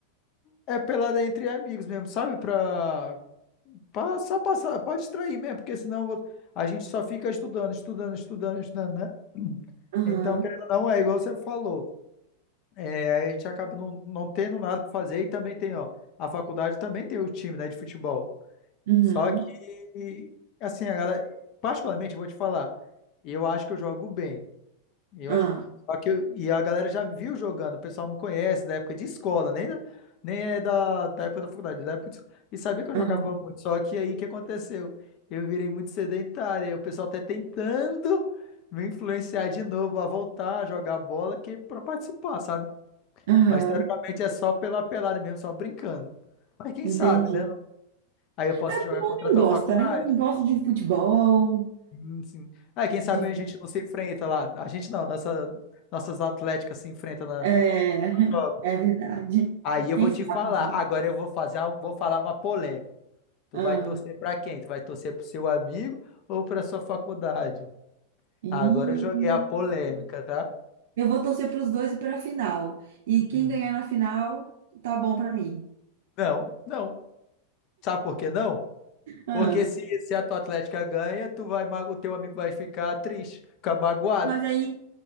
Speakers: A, on the left (about 40°); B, on the right (about 55°).
A: é pelada entre amigos mesmo, sabe? Pra, pra só passar, pode distrair mesmo, porque senão eu vou- a gente só fica estudando, estudando, estudando, estudando, né? <clears throat>
B: Aham.
A: Então, querendo ou não, é igual você falou. É, aí a gente acaba não, não tendo nada para fazer e também tem, ó, a faculdade também tem o time, né, de futebol.
B: Uhum.
A: Só que, assim, a galera, particularmente, eu vou te falar, eu acho que eu jogo bem. Eu
B: Ah.
A: acho. Só que eu- e a galera já me viu jogando, o pessoal me conhece da época de escola, nem, da- nem é da, da época da faculdade, da época de, escola. e sabia que eu
B: Aham.
A: jogava muito. Só que aí o que aconteceu? Eu virei muito sedentário, e o pessoal tá tentando me influenciar de novo a voltar a jogar bola que pra participar, sabe?
B: Aham.
A: Mas teoricamente é só pela pelada mesmo, só brincando. Mas quem
B: Entendi.
A: sabe, né? Aí eu posso
B: É
A: jogar
B: que o
A: contra
B: homem
A: a tua
B: gosta,
A: faculdade.
B: né? O Homem gosta de futebol,
A: Hum, sim. Aí quem
B: de...
A: sabe a gente não se enfrenta lá. A gente não, nossa, nossas atléticas se enfrentam
B: É, <laughs>
A: jogo.
B: é verdade.
A: Aí eu
B: Quem
A: vou te
B: sabe?
A: falar.
B: um
A: Agora eu vou fazer, uma- vou falar uma polêmica. Tu
B: dia.
A: vai torcer pra quem? Tu vai torcer pro seu amigo ou pra sua faculdade?
B: E
A: Agora eu joguei a polêmica, tá?
B: eu vou torcer para os dois e para a final. E quem
A: Hum.
B: ganhar na final, tá bom para mim.
A: Não, não. Sabe por que não?
B: Ah,
A: Porque se, se a tua Atlética ganha, tu vai, ma- o teu amigo vai ficar triste, ficar magoado.
B: mas aí,